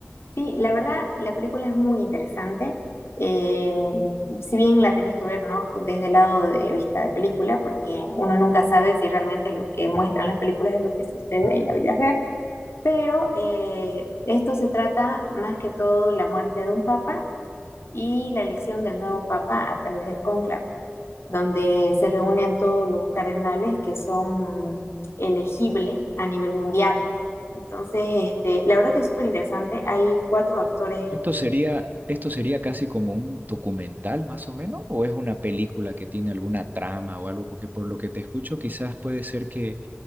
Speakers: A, on the left; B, on the right.
A: Sí, la verdad, la película es muy interesante. Eh, si bien la tenés que ver, ¿no? Desde el lado de vista de película, porque uno nunca sabe si realmente lo que muestran las películas es lo que sucede en la vida real. Pero eh, esto se trata más que todo la muerte de un papa y la elección del nuevo papa a través del cónclave donde se reúnen todos los cardenales que son elegibles a nivel mundial. Entonces, este, la verdad que es súper interesante. Hay cuatro actores.
B: ¿Esto sería, esto sería casi como un documental más o menos? ¿O es una película que tiene alguna trama o algo? Porque por lo que te escucho quizás puede ser que,